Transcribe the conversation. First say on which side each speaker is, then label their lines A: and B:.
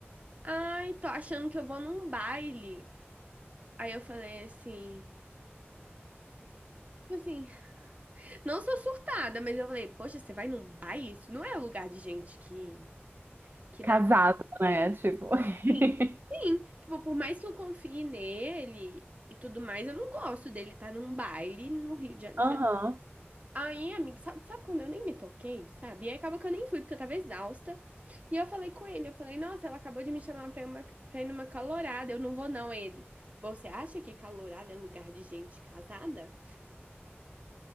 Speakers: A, on the right (about 35°); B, on the right (about 50°).
A: Ai, tô achando que eu vou num baile. Aí eu falei assim. Assim, não sou surtada, mas eu falei, poxa, você vai num baile? Isso não é lugar de gente que, que
B: Casado,
A: namora.
B: né? Tipo.
A: Sim,
B: <laughs>
A: sim. Tipo, por mais que eu confie nele e tudo mais, eu não gosto dele estar num baile no Rio de Janeiro.
B: Aham.
A: sei lá. Aí, amiga, sabe, sabe quando eu nem me toquei, sabe? E aí acaba que eu nem fui, porque eu tava exausta. E eu falei com ele, eu falei, nossa, ela acabou de me chamar pra ir, uma, pra ir numa calorada, eu não vou não, ele. Você acha que calorada é lugar de gente casada?